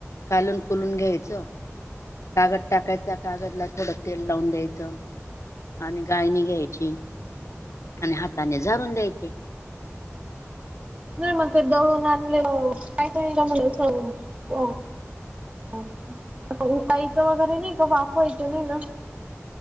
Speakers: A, on the left; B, on the right.
A: कालून कुलून घ्यायचं. कागद टाकायचा, कागद ला थोडं तेल लावून द्यायचं. आणि गाळणी घ्यायची आणि हाताने झारून द्यायचे.
B: नाही मग ते दळून आणलेल काय <unintelligible> उकायचं वगैरे नाही का? वाफवायचं नाही ना?